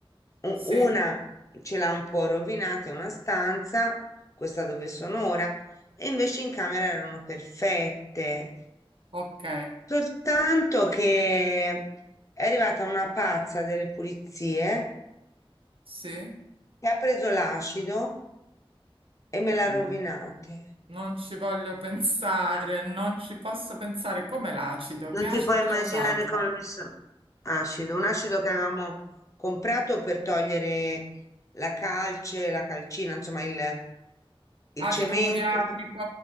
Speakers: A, on the left (about 35°); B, on the right (about 65°).
A: U-
B: sì,
A: Una ce l'ha un po' rovinata, è una stanza, questa dove sono ora, e invece in camera erano perfette.
B: ok,
A: Soltanto che è arrivata una pazza delle pulizie
B: sì,
A: che ha preso l'acido e me l'ha
B: no,
A: rovinata.
B: non ci voglio pensare, non ci posso pensare. Come l'acido?
A: Non
B: Che
A: ti
B: acido
A: puoi immaginare
B: ha usato?
A: come mi sono acido, un acido che avevamo comprato per togliere la calce, la calcina, insomma il, il
B: Acido
A: cemento.
B: muriatico,